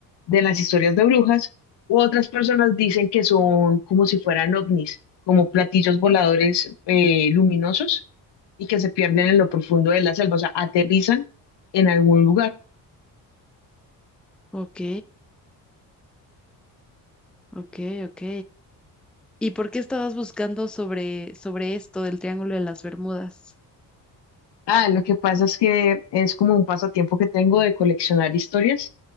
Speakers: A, on the left; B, in the centre.
A: de las historias de brujas, u otras personas dicen que son como si fueran ovnis, como platillos voladores eh, luminosos y que se pierden en lo profundo de la selva, o sea, aterrizan en algún lugar.
B: Ok, ok, ok. ¿Y por qué estabas buscando sobre, sobre esto del Triángulo de las Bermudas?
A: Ah, lo que pasa es que es como un pasatiempo que tengo de coleccionar historias.